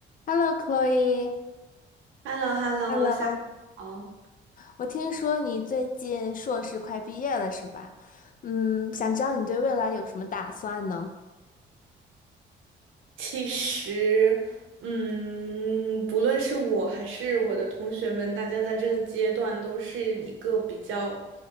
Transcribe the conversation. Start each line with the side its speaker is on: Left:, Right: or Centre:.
Left: Hello，Chloe，
Right: h e l l o h e l l o
Left: Hello，
Right: 下午好。
Left: 我听说你最近硕士快毕业了，是吧？嗯，想知道你对未来有什么打算呢？
Right: 其实，嗯，不论是我还是我的同学们，大家在这个阶段都是一个比较